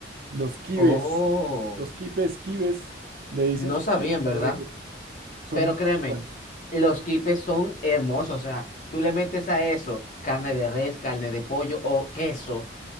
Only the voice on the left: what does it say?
Oh,
no
sabían,
¿verdad?
Pero
créeme,
los quipes son hermosos. O sea, tú le metes a eso carne de res, carne de pollo o queso.